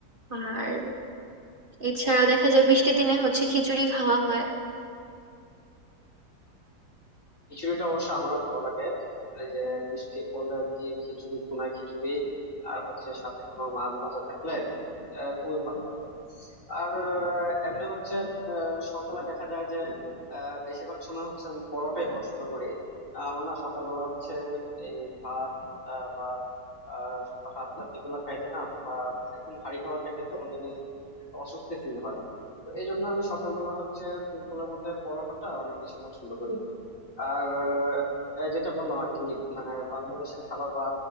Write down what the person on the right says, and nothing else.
আর এছাড়াও দেখা যায় বৃষ্টির দিনে হচ্ছে খিচুড়ি খাওয়া হয়